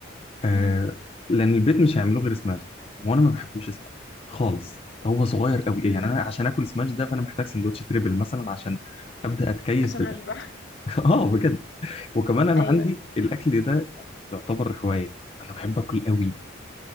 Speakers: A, on the left; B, on the left.
A: آه
B: امم
A: لان البيت مش هيعملوه غير سماش وانا ما بحبوش سماش خالص هو صغير قوي يعني
B: امم
A: انا عشان اكل سماش ده فانا محتاج سندوتش تريبل مثلا عشان ابدا اتكيف
B: عشان
A: بالاكل
B: اشبع <laughs>
A: <laughs> اه بجد وكمان انا
B: ايوه
A: عندي الاكل ده يعني يعتبر هوايه انا بحب اكل قوي